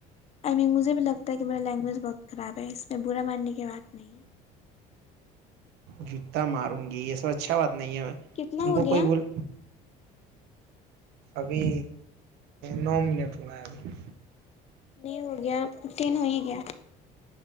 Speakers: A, on the left; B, on the right.
A: آئی مک مجھے بھی لگتا ہے کہ میرا لینگویج بہت خراب ہے اس میں برا ماننے کی بات نہیں ہے
B: جوتا ماروں گی یہ سب اچھا بات نہیں ہے میں
A: کتنا
B: تم
A: ہو
B: کو
A: گیا
B: کوئی بول ابھی نو منٹ ہونا ہے ابھی
A: نہیں ہو گیا تین ہو ہی گیا